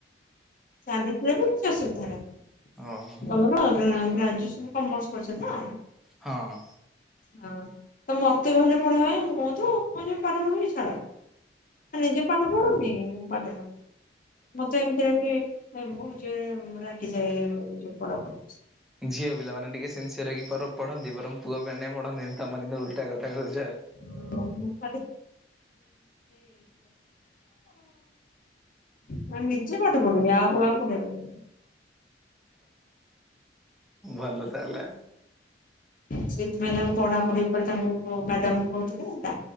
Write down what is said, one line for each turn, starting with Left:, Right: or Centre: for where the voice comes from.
Left: ଚାଲିଥିଲେ ବି କିଛି ଅସୁବିଧା ନାହିଁ।
Centre: ଓହୋ
Left: ତମର ଆ ଗ୍ରାଜୁଏସନ୍ କମର୍ସ ପଡିଚ ନା।
Centre: ହଁ।
Left: ହଁ ତ ମତେ କହିଲେ ପଢେଇଆ ହ ମୁଁ ତୁ ମୁଁ ଯ ପାଠ ପଢୁି ଛାଡ। ନିଜେ ପାଠ ପଢୁନି ମୁଁ ପାଠ ପଢୁି ମତେ ଏମିତିରେ ବହୁତ ଜୋରେ ରାଗିଯାଏ ଯୋଉ ପଡାପ
Centre: ଝିଅ ପିଲାମାନେ ଟିକେ ସନ୍ସିୟର ହେକି ପଢନ୍ତି ବରମ ପୁଅ ପିଲ ପଢନ୍ତି ତମେ କିନ୍ତୁ ଉଲଟା କଥା କହୁଛି।
Left: <unintelligible> ପା ନିଜେ ପାଠ ପଢିବି ଆଉ ଆଉ ପଡିବରେ।
Centre: ଭଲ ତାହଲେ।
Left: ସେଥିପାଇଁ ତା ପଢାପଢି ପରେ ତାଙ୍କୁ ମ୍ୟାଡାମ କ କହୁଥିଲେ ହେଲା